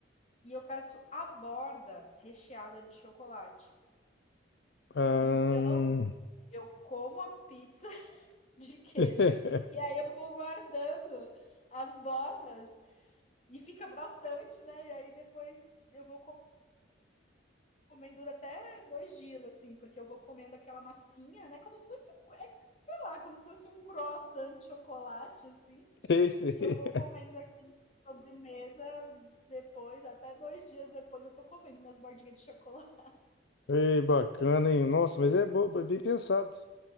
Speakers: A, on the left (about 35°); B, on the left (about 65°).
A: e eu peço a borda recheada de chocolate.
B: Ah...
A: Então, eu como a pizza <laughs> de queijo
B: <laughs>
A: e aí eu vou guardando as bordas e fica bastante, né? E aí depois eu vou comendo dura até dois dias, assim, porque eu vou comendo aquela massinha, né? Como se fosse um, é, sei lá, como se fosse um croissant de chocolate, assim.
B: Sei, sei.
A: E eu vou comendo aqui na sobremesa depois, até dois dias depois eu tô comendo minhas bordinhas de chocolate.
B: Ei, bacana, hein? Nossa, mas é, bo- bem pensado.